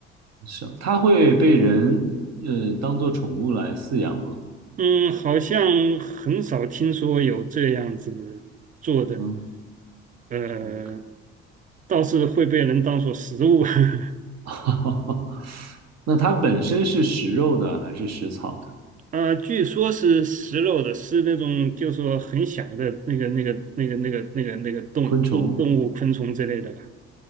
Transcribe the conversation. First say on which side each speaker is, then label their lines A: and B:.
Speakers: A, on the right; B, on the right.
A: 是，它会被人呃当做宠物来饲养吗？
B: 嗯，好像很少听说有这样子做的，
A: 嗯
B: 呃，
A: ，OK，
B: 倒是会被人当做食物。<laughs>
A: <laughs> 那它本身是食肉的还是食草的？
B: 啊、据说是食肉的，是那种就说很小的那个、那个、那个、那个、那个、那个动动动物、
A: 昆虫，
B: 昆虫之类的吧。